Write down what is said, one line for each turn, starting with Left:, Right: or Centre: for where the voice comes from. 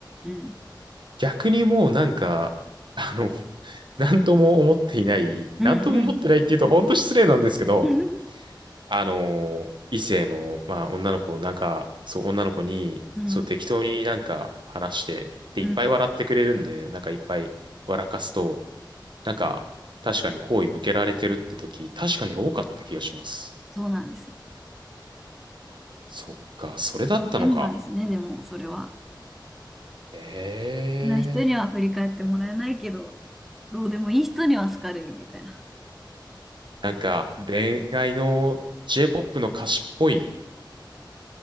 Centre: ん。
Right: 逆にもうなんか、あの、<laughs> なんとも思っていない、
Centre: うん。
Right: なんとも思ってないっていうと本当失礼なんですけど、
Centre: うん。うん。
Right: あの、異性の、まあ女の子、なんか、そう、女の子に、
Centre: うん。
Right: そう、適当になんか話して、で、いっぱい笑ってくれるんで、
Centre: うん
Right: なんかいっぱい笑かすと、なんか、確かに好意向けられてるって時、確かに多かった気がします。
Centre: そうなんですよ。
Right: そっか、それだったのか。
Centre: ジレンマですね、でも、それは。
Right: ええー
Centre: な人には振り返ってもらえないけど、どうでもいい人には好かれるみたいな。
Right: なんか、恋愛の J-POP の歌詞っぽい、